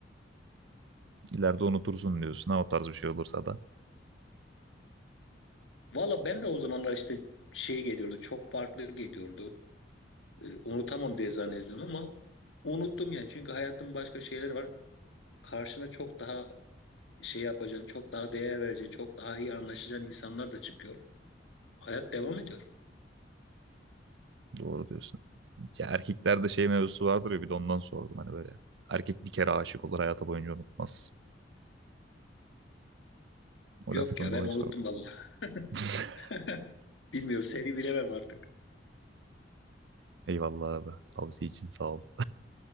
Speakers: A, on the right (about 70°); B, on the left (about 80°).
A: İleride unutursun diyorsun ha o tarz bir şey olursa da.
B: Valla ben de o zamanlar işte şey geliyordu. Çok farklı geliyordu. E, unutamam diye zannediyordum ama unuttum yani. Çünkü hayatın başka şeyleri var. Karşına çok daha şey yapacaksın. Çok daha değer vereceksin. Çok daha iyi anlaşacağın insanlar da çıkıyor. Hayat devam ediyor.
A: Doğru diyorsun. Ya erkeklerde şey mevzusu vardır ya bir de ondan sordum hani böyle. Erkek bir kere aşık olur hayatı boyunca unutmaz. O
B: Yok
A: laftan
B: ya
A: dolayı
B: ben unuttum
A: sordum.
B: vallahi.
A: <laughs>
B: <laughs> Bilmiyorum seni bilemem artık.
A: Eyvallah abi. Tavsiye için sağ ol.